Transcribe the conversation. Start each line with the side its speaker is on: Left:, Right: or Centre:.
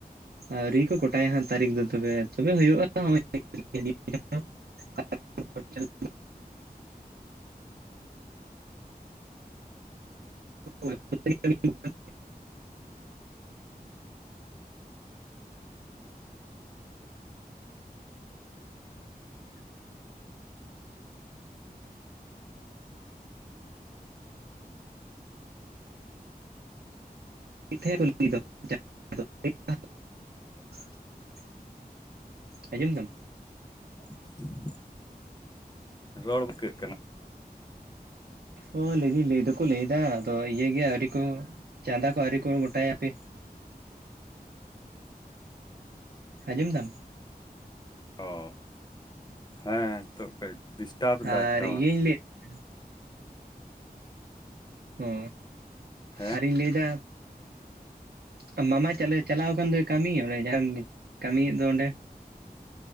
Right: ᱟᱹᱣᱨᱤ ᱠᱚ ᱠᱚᱴᱟᱭᱟ ᱦᱟᱸᱜ ᱛᱟᱹᱨᱤᱠᱷ ᱫᱚ ᱛᱚᱵᱮ ᱛᱚᱵᱮ ᱦᱩᱭᱩᱜᱼᱟ <unintelligible> <unintelligible> <unintelligible> <unintelligible> <unintelligible> <inaudible> ᱟᱸᱡᱚᱢ ᱫᱟᱢ
Left: <inaudible> ᱨᱚᱲ <unintelligible> ᱠᱟᱱᱟ
Right: ᱚ ᱞᱟᱹᱭ ᱫᱟᱹᱧ ᱞᱟᱹᱭ ᱫᱚᱠᱚ ᱞᱟᱹᱭᱫᱟ ᱟᱫᱚ ᱤᱭᱟᱹᱜᱮ ᱟᱹᱣᱨᱤ ᱠᱚ ᱪᱟᱸᱫᱟ ᱠᱚ ᱟᱣᱨᱤᱠᱚ ᱜᱚᱴᱟᱭᱟ ᱦᱟᱯᱮ ᱟᱸᱡᱚᱢ ᱫᱟᱢ
Left: ᱚ ᱦᱮᱸ ᱱᱤᱛᱳᱜ ᱠᱟᱹᱡ ᱰᱤᱥᱴᱟᱵᱽᱫᱟᱭ
Right: ᱟᱨ
Left: ᱴᱟᱣᱟᱨ
Right: <unintelligible> ᱚ
Left: ᱦᱮᱸ
Right: ᱟᱨᱤᱧ ᱞᱟᱹᱭ ᱫᱟ ᱢᱟ ᱢᱟᱢᱟ ᱪᱟᱞᱮ ᱪᱟᱞᱟᱣ ᱟᱠᱟᱱ ᱫᱚᱭ ᱠᱟᱹᱢᱤ ᱚᱰᱮ ᱡᱟᱦᱟᱸᱢ ᱠᱟᱹᱢᱤᱭᱮᱫ ᱫᱚ ᱚᱸᱰᱮ